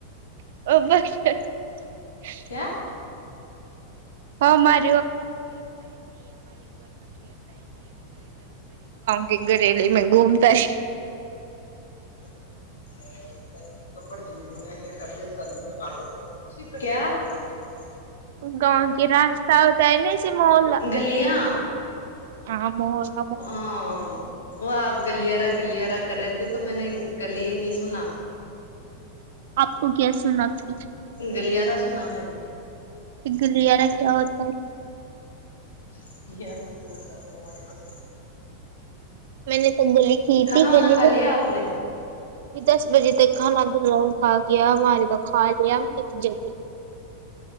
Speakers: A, on the right; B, on the left.
A: <unintelligible>
B: <unintelligible>
A: <unintelligible> گاؤں کے گھریلے میں گھومتا ہے
B: <unintelligible> <inaudible>
A: گاؤں کی راستہ ہوتا ہے نا ایسے محولہ
B: گلیاں
A: <unintelligible>
B: ہاں وہ آپ گلیارہ گلیارہ کر رہے تھے تو میں نے گلی ہی نہیں سنا
A: آپ کو کیسے آپ کی
B: گلیاارا سنا میں نے
A: گلیاارا کیا ہوتا ہے
B: <inaudible>
A: میں نے تو گلی کی
B: کھانا
A: تھی گلی
B: وانا کھا
A: میں
B: لیا آپ نے
A: ابھی دس بجے تک کھانا کھا کیایا ہمارے تو کھا لیا ہم نے جب بی